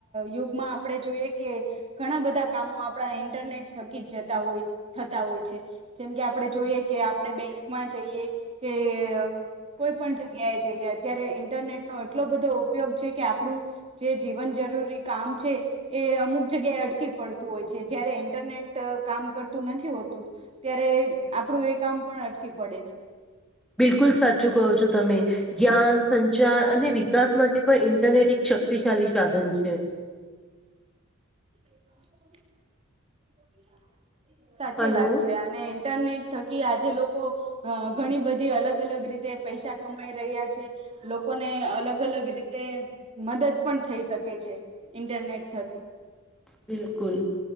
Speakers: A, on the right (about 30°); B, in the centre.
A: યુગમાં આપણે જોઈએ કે ઘણા બધા કામો આપણા ઈન્ટરનેટ થકી જ જતા હોય થતા હોય છે જેમકે આપણે જોઈએ કે આપણે બેંકમાં જઈએ કે કોઈ પણ જગ્યાએ ત્યારે ઈન્ટરનેટ નો એટલો બધો ઉપયોગ છે કે આપણું જે જીવન જરૂરી કામ છે એ અમુક જગ્યાએ અટકી પડતું હોય છે જયારે ઇન્ટરનેટ કામ કરતું નથી હોતું ત્યારે આપણું એ કામ પણ અટકી પડે છે
B: બિકુલ સચુ કો છો તમે જ્ઞાન સંચાર અને વિકાસ માટે પણ ઇન્ટરનેટ એક શક્તિશાળલી સાધન છે.
A: <inaudible> સાચી
B: હલો
A: વાત છે અને ઇન્ટરનેટ થકી આજે લોકો અ ઘણી બધી અલગ અલગ રીતે પૈસા કમાઈ રહ્યા છે લોકોને અલગ અલગ રીતે. મદદ પણ થઈ શકે. છે ઇન્ટરનેટ થકી.
B: બિલકુલ